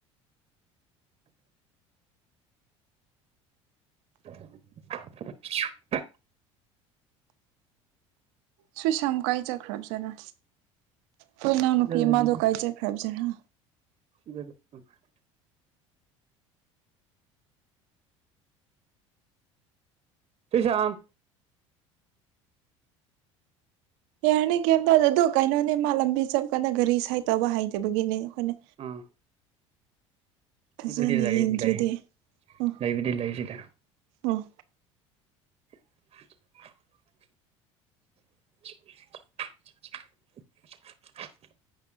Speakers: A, on the right; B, on the right.
A: <inaudible>
B: ꯁꯨꯏꯁꯝ ꯀꯥꯏ ꯆꯠꯈ꯭ꯔꯕꯖꯥꯠꯔꯥ ꯈꯣꯏꯅꯥꯎ
A: ꯁꯤꯗ
B: ꯅꯨꯄꯤ ꯑꯃꯗꯣ
A: ꯂꯩꯗ
B: ꯀꯥꯏ ꯆꯠꯈ꯭ꯔꯕꯖꯥꯠꯔꯥ
A: <inaudible> ꯁ꯭ꯔꯤꯁꯝ
B: ꯌꯥꯔꯅꯤ ꯀꯔꯤꯝꯇꯧꯗꯦ ꯑꯗꯣ ꯀꯩꯅꯣꯅꯦ ꯃꯥ ꯂꯝꯕꯤ ꯆꯞꯄꯀꯥꯟꯗ ꯒꯥꯔꯤ ꯁꯥꯏꯠ ꯇꯧꯕ ꯍꯩꯇꯕꯒꯤꯅꯦ ꯑꯩꯈꯣꯏꯅ
A: ꯑꯥ
B: ꯐꯖꯅ
A: ꯁꯤꯗꯗꯤ ꯂꯩꯗꯤ
B: ꯌꯦꯡꯗ꯭ꯔꯤꯗꯤ
A: ꯂꯩ
B: ꯑꯥ
A: ꯂꯩꯕꯗꯤ ꯂꯩ ꯁꯤꯗ
B: ꯑꯥ
A: <inaudible> <inaudible>